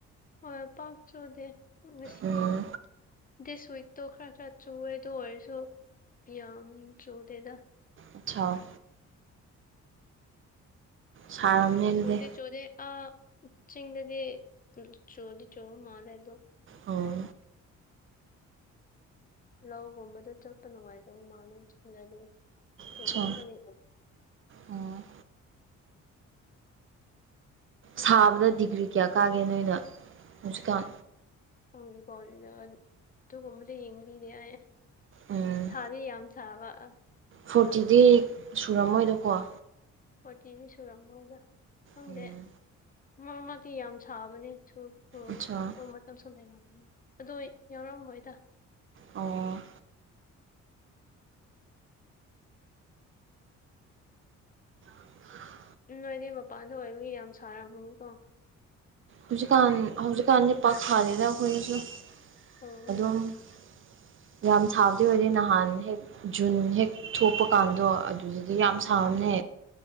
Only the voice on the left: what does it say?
ꯍꯣꯏ ꯄꯥꯛ ꯆꯨꯗꯦ ꯉꯁꯤ
ꯗꯤꯁ ꯋꯤꯛꯇꯣ ꯈꯔ ꯈꯔ ꯆꯨꯋꯦ ꯑꯗꯨ ꯑꯣꯏꯔꯁꯨ ꯌꯥꯝ ꯆꯨꯗꯦꯗ
ꯄꯥꯛ
ꯆꯨꯗꯦ ꯆꯨꯗꯦ ꯑ ꯆꯤꯡꯗꯗꯤ ꯆꯣꯗꯤ ꯆꯣꯕ ꯃꯥꯟꯂꯦ ꯑꯗꯣ
ꯂꯧꯒꯨꯝꯕꯗ ꯆꯠꯄ ꯅꯨꯡꯉꯥꯏꯇꯕꯩ ꯃꯜꯂꯦ ꯆꯤꯡꯗꯗꯤ ꯆꯨꯃꯥꯟꯕꯩ
ꯍꯪꯀꯣ ꯑꯗꯨꯒꯨꯝꯕꯗꯤ ꯌꯦꯡꯕꯤꯔꯦ
ꯁꯥꯗꯤ ꯌꯥꯝ ꯁꯕ ꯑ
ꯐꯣꯔꯇꯤꯒꯤ ꯁꯨꯔꯝꯃꯣꯢꯗ ꯈꯪꯗꯦ
ꯃꯔꯛ ꯃꯔꯛꯇꯤ ꯌꯥꯝ ꯁꯥꯕꯅꯦ ꯁꯨꯔ ꯑꯣ
ꯑꯣ ꯃꯇꯝ ꯁꯨꯝ ꯂꯩꯔꯅꯤ ꯑꯗꯣ ꯌꯥꯎꯔꯝꯃꯣꯏꯗ
ꯅꯣꯏꯗꯤꯃꯄꯥꯟꯗ ꯑꯣꯏꯕꯒꯤ ꯌꯥꯝ ꯁꯥꯔꯝꯃꯅꯤꯀꯣ
ꯑꯣ